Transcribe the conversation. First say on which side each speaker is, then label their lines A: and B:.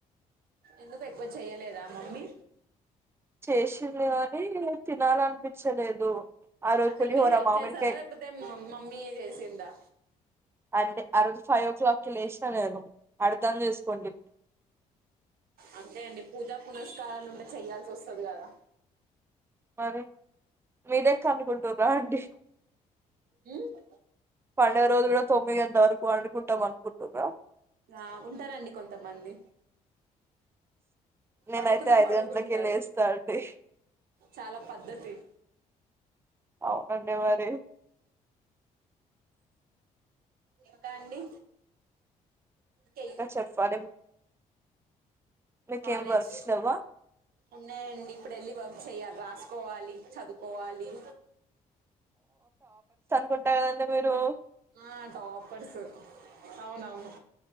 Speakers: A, on the right; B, on the right.
A: ఎందుకు ఎక్కువ చెయ్యలేదా మమ్మీ
B: చేసింది కాని తినాలనిపించలేదు ఆ రోజు
A: అసలు
B: పులిహోర
A: మీరు హెల్ప్
B: మామిడికాయ
A: చేసారా లేకపోతే మమ్మీ చేసిందా
B: అంటే అ రోజు ఫైవ్ ఓ క్లాక్కిి లేచినా నేను అర్ధం చేసుకోండి
A: అంతే అండి పూజా పురస్కారాలు ఉంటే చెయ్యాల్సి వస్తుంది కదా
B: అనీ మీ దగక్కర అనుకుంటుారా అండి
A: హుమ్
B: పంండగ రోజు కూడా తొమ్మిది గంటల వరకు పండుకుంటాం అనుకుంటుారా
A: ఆ ఉంటారండి కొంతమంది
B: నేనైతే
A: పండుకున్న
B: ఐదు
A: పడుకుంటారు
B: గంటలకే లేస్తా అండి
A: చాలా పద్ధతి
B: అవునండి మరి
A: ఇంకా అండి కే
B: ఇంకా చెప్పాలి మీకేం
A: కాలేజ్
B: వర్క్స్ లేవ్వ
A: ఉన్నాయండి ఇప్పుడు వెళ్ళి వర్క్ చేయ్యాలి. వా సుకోవాలి చదువుకోవాలి.
B: కొట్ట కదండీ మీరు
A: ఆ టాపర్స్ అవునవును